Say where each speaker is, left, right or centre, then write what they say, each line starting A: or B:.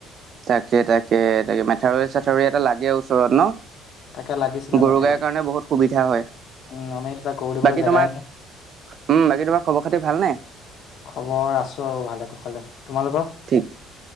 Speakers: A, on the right; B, on the left.
A: তাকে, তাকে, তাকে, মেথাউৰি চাথৰি এটা লাগে, ওচৰত ন।
B: তাকে লাগিছিলে
A: গৰু
B: মাথাউৰিত
A: গাইৰ কাৰণে বহুত সুবিধা হয়।
B: উম আমাৰ ইয়াত এতিয়া গৰু দিবলৈ
A: বাকী
B: জেগাই
A: তোমাৰ?
B: নাই
A: উম'। বাকী তোমাৰ খবৰ খাতি ভালনে?
B: খবৰ আছো আৰু ভালে কুশালে, তোমালোকৰ?
A: ঠিক